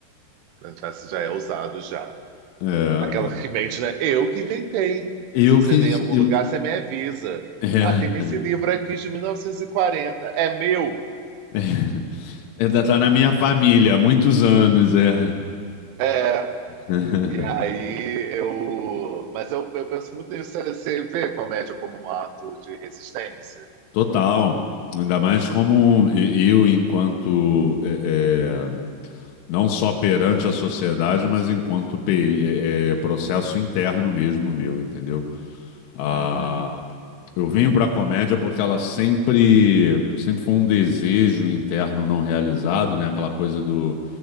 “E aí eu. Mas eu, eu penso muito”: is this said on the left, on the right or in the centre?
Right